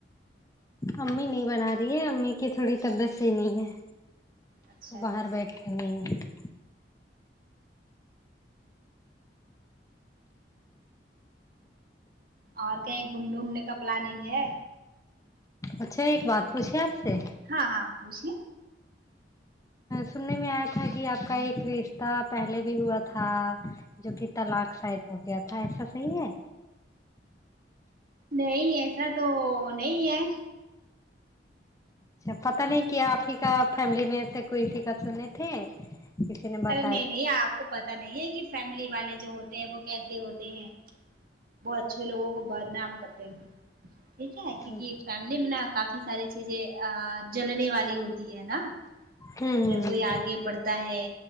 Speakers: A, on the left; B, on the right.
A: امی نہیں بنا رہی ہے امی کی تھوڑی طبیعت صحیح نہیں ہے
B: اچھا
A: تو باہر بیٹھ <unintelligible>
B: اور کہیں گھومنے وومنے کا پلاننگ ہے
A: اچھا ایک بات پوچھیے آپ سے
B: ہاں ہاں پوچھئے
A: سننے میں آیا تھا کہ آپ کا ایک رشتہ پہلے بھی ہوا تھا جو کہ طلاق شاید ہو گیا تھا ایسا صحیح ہے
B: نہیں ایسا تو نہیں ہے
A: اچھا پتا نہیں کیا آپ ہی کا فیملی میں سے کوئی <unintelligible> سنے تھے نے بتایا
B: ارے نہیں نہیں آپ کو پتہ نہیں ہے کہ فیملی والے جو ہوتے ہیں وہ کیسے ہوتے ہیں وہ اچھے لوگوں کو بدنام کرتے ہیں ٹھیک ہے کیونکہ
A: ہوں
B: فیملی میں نا کافی ساری چیزیں ا جلنے والی ہوتی ہے نا
A: ہوں
B: اگر کوئی آگے بڑھتا ہے